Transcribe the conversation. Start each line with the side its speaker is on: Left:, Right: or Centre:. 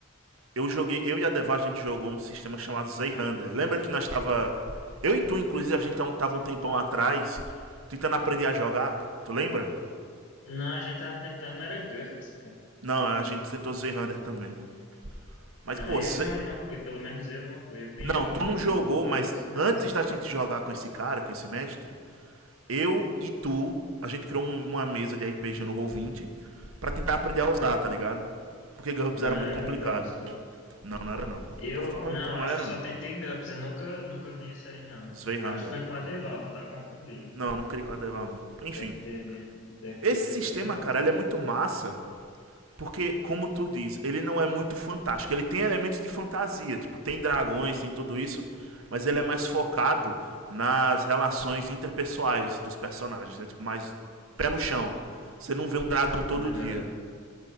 Right: Eu joguei, eu e a Deva, a gente jogou um sistema chamado Zeyhander. Lembra que nós tava. Eu e tu, inclusive, a gente tava um tempão atrás tentando aprender a jogar. Tu lembra?
Left: Não, a gente tava tentando, era GURPS, pô.
Right: Não, a gente tentou Zeyhander também. Mas,
Left: Não,
Right: pô,
Left: eu
Right: Zey...
Left: não, não fui, pelo menos eu não fui. Eu fui
Right: Não,
Left: em,
Right: tu não jogou,
Left: em GURPS,
Right: mas
Left: mas.
Right: antes da gente jogar com esse cara, com esse mestre, eu e tu, a gente criou um- uma mesa de RPG no Roll20 pra tentar aprender a usar, tá ligado? Porque GURPS
Left: Não,
Right: era muito
Left: era
Right: complicado.
Left: com GURPS, pô.
Right: Não, não era não.
Left: Eu,
Right: Tô falando
Left: não,
Right: que não
Left: acho
Right: era,
Left: que só
Right: mano.
Left: tentei GURPS, eu nunca, nunca vi isso aí, não.
Right: Sveihanda.
Left: Eu acho que foi com a Deval, tu tá confundindo.
Right: Não, não criei com a Deval, não. Enfim.
Left: Deve ter, vi- deve
Right: Esse
Left: ter sido
Right: sistema,
Left: com a Deval.
Right: cara, ele é muito massa. Porque, como tu diz, ele não é muito fantástico. Ele tem elementos de fantasia. Tipo, tem dragões, tem tudo isso. Mas ele é mais focado nas relações interpessoais dos personagens. Né? Tipo, mais pé no chão. Você não vê um dragão todo
Left: Tô ligado,
Right: dia.